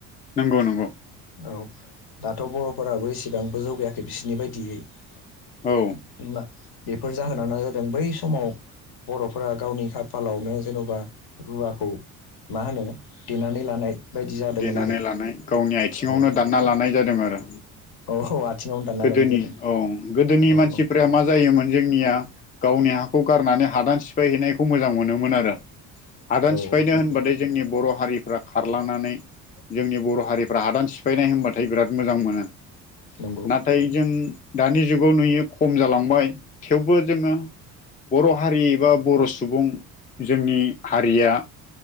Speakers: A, on the left (about 20°); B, on the left (about 50°).
A: <inaudible> नंगौ नंगौ
B: औ दाथ' बर'फोराबो एसेबांबो जौगायाखै बिसोरनि बायदियै <unintelligible>
A: औ
B: बेफोर जाहोना जादों बै समाव बर'फोरा गावनि खाफालाव नो जेनावबा रुवाखौ मा होनो देनानै लानाय बायदि जादोंमोन
A: देनानै
B: आरो
A: लानाय गावनि आथिङावनो
B: औ
A: दानना लानाय जादों आरो
B: औ औ <unintelligible>
A: गोदोनि
B: लानाय जादों
A: औ गोदोनि
B: औ
A: मानसिफोरा
B: औ
A: मा जायोमोन जोंनिया गावनि हाखौ गारनानै हादान सिफायहैनायखौ मोजां मोनोमोन आरो हादान
B: औ
A: सिफायनो
B: नंगौ
A: होनबाथाय जोंनि बर' हारिफ्रा खारलांनानै जोंनि बर' हारिफ्रा हादान सिफायनाय होनबाथाय बिराद मोजां मोनो।
B: नंगौ
A: नाथाय जों दानि जुगाव नुयो खम जालांबाय थेवबो जोङो बर' हारि बा बर' सु सुबुं जोंनि हारिया